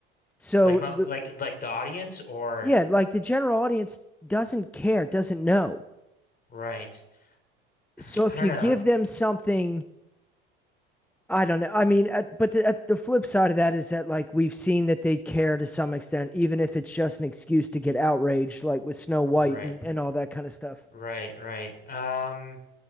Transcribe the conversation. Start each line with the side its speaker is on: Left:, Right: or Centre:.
Centre: So
Left: Like my
Centre: the
Left: like like the audience or
Centre: yeah, like the general audience doesn't care, doesn't know.
Left: right.
Centre: So
Left: I
Centre: if
Left: don't
Centre: you
Left: know.
Centre: give them something I don't know. I mean, at, but the, at the flip side of that is that like we've seen that they care to some extent, even if it's just an excuse to get outraged, like with Snow White
Left: Right.
Centre: and, and all that kind of stuff.
Left: Right, right. Um,